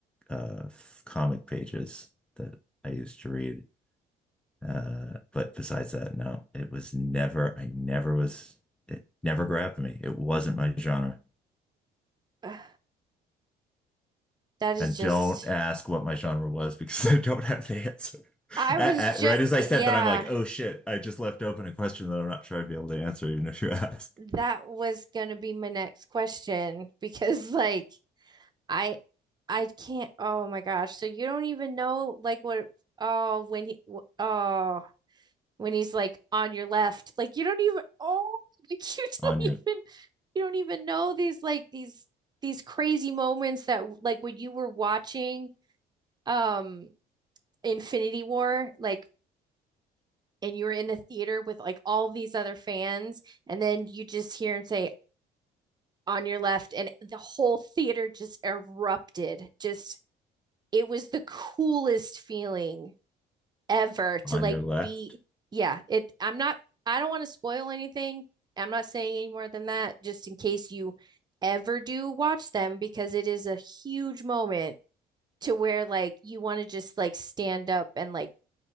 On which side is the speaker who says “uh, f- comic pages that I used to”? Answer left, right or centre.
Centre